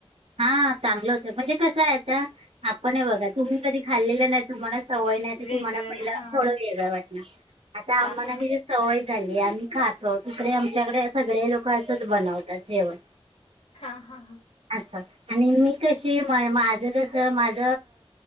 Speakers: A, on the right; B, on the left.
A: हा चांगल होत म्हणजे कस आहे आता आपण हे बघा तुम्ही कधी खाल्लेल नाही. तुम्हाला सवय नाही
B: वेगळं
A: तुम्हाला पहिल
B: हा
A: थोड वेगळ वाटणार आता आम्हाला
B: हा हा
A: ह्याची सवय सवय झाली आम्ही खातो तिकडे आमच्याकडे सगळे लोक असच बनवतात जेवण.
B: हां हां हां
A: अस आणि मी कशी म माझ कस माझ.